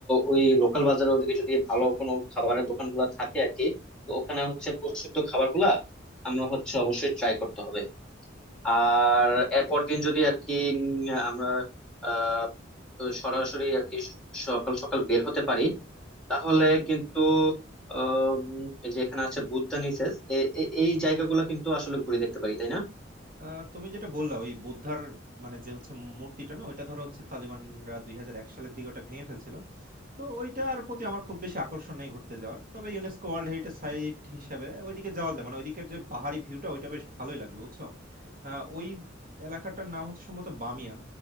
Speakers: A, in the centre; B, on the right.
A: ওই লোকাল বাজারের ওদিকে যদি ভালো কোনো খাবারের দোকান গুলা থাকে আর কি তো ওখানে হচ্ছে প্রসিদ্ধ খাবার গুলা আমরা হচ্ছে অবশ্যই ট্রাই করতে হবে আর এরপর দিন যদি আর কি উম, আমরা আহ, তো সরাসরি আর কি সকাল সকাল বের হতে পারি তাহলে কিন্তু আম, এই যে এখানে আছে বুদ্ধা নিসেস এ- এ- এই জায়গাগুলো কিন্তু আসলে ঘুরে দেখতে পারি তাই না
B: আহ, তুমি যেটা বললা ওই বুদ্ধার মানে যে হচ্ছে মূর্তিটা না ওইটা ধরো হচ্ছে তালিবানরা দুই হাজার এক সালের দিকে ওটা ভেঙে ফেলছিল তো ওইটার প্রতি আমার খুব বেশি আকর্ষণ নেই ঘুরতে যাওয়ার তবে ইউনেস্কো ওয়ার্ল্ড হেরিটেজ সাইট হিসেবে ওইদিকে যাওয়া যায় মানে ওইদিকের যে পাহাড়ি ভিউটা ওইটা বেশ ভালোই লাগবে বুঝছো আহ, ওই এলাকাটার নাম হচ্ছে সম্ভবত বামিয়ান